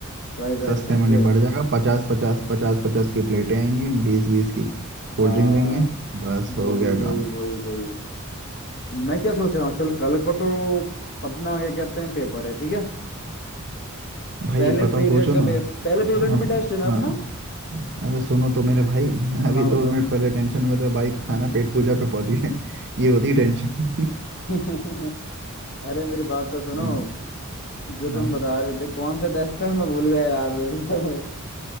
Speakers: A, on the left; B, on the right.
A: फ्राइड राइस
B: सस्ते
A: खाएंगे
B: में निपट जाएगा पचास पचास पचास पचास की प्लेटें आएंगी बीस बीस की कोल्ड
A: हाँ
B: ड्रिंक लेंगे बस हो
A: वही
B: गया
A: वही
B: काम।
A: वही वही तो मैं क्या सोच रहा हूँ चल कल को तो अपना क्या कहते हैं पेपर है ठीक है
B: भाई
A: पहले
B: पता
A: पीरियड
B: सोचो
A: का
B: ना
A: पे, पहले पीरियड
B: हाँ
A: में टेस्ट है ना अपना
B: हाँ अरे सुनो तो मेरे भाई अभी
A: हाँ बताओ
B: दो मिनट पहले टेंशन में था भाई खाना पेट पूजा पे पहुंच गया <laughs> ये होती टेंशन <laughs>
A: <laughs> अरे मेरी बात तो सुनो
B: हम्म,
A: जो तुम
B: हाँ
A: बता रहे थे कौन सा टेस्ट था मैं भूल गया यार मेरे से